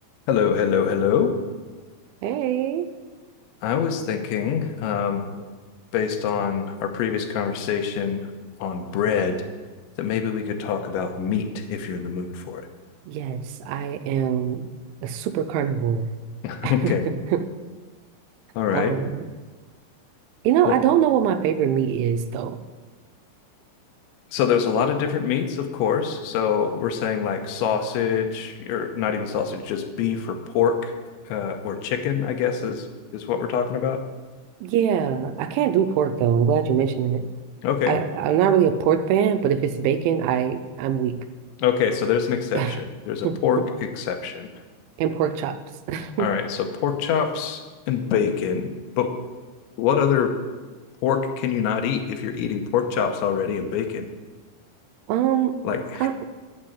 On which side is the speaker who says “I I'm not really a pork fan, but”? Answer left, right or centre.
Right